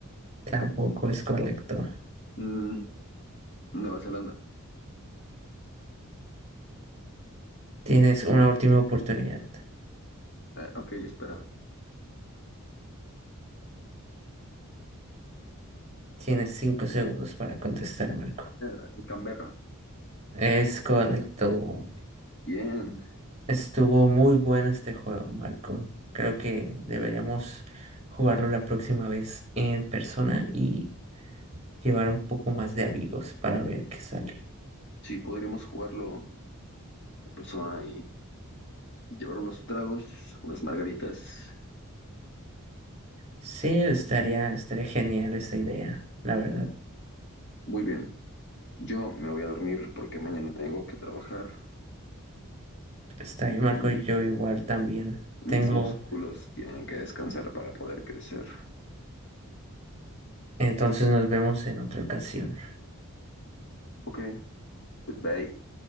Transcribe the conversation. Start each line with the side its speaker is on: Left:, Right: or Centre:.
Right: Tampoco es correcto.
Left: mm, Nueva Zelanda.
Right: Tienes una última oportunidad.
Left: Eh, ok, espera.
Right: Tienes cinco segundos para contestar, Marco.
Left: Eh, Canberra.
Right: Es correcto.
Left: Bien.
Right: Estuvo muy bueno este juego, Marco. Creo que deberíamos jugarlo la próxima vez en persona y llevar un poco más de amigos para ver qué sale.
Left: Sí, podríamos jugarlo en persona y llevar unos tragos, unas margaritas.
Right: Sí, estaría, estaría genial esa idea, la verdad.
Left: Muy bien. Yo me voy a dormir porque mañana tengo que trabajar
Right: Está
Left: y
Right: bien, Marco, yo igual también
Left: mis
Right: tengo.
Left: músculos tienen que descansar para poder crecer.
Right: Entonces nos vemos en otra ocasión.
Left: Ok, goodbye.